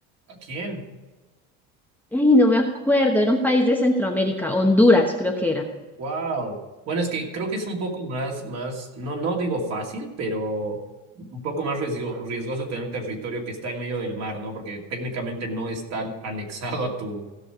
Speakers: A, on the right (about 45°); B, in the centre.
A: ¿A quién?
B: Ay, no me acuerdo, era un país de Centroamérica, Honduras creo que era.
A: Wow. Bueno, es que creo que es un poco más, más, no, no digo fácil, pero un poco más riesgo- riesgoso tener territorio que está en medio del mar, ¿no? Porque técnicamente no está anexado a tu,